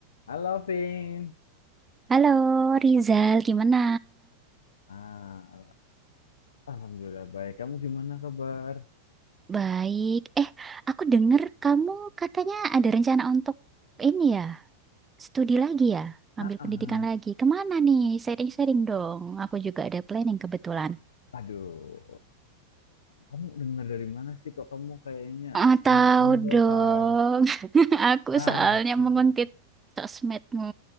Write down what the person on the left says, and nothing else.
Halo, Vin.
Ah, alhamdulillah baik. Kamu gimana kabar?
Ah,
ah.
Aduh, kamu dengar dari mana sih kok kamu kayaknya
punya
info
tahu?
Ah,
oh.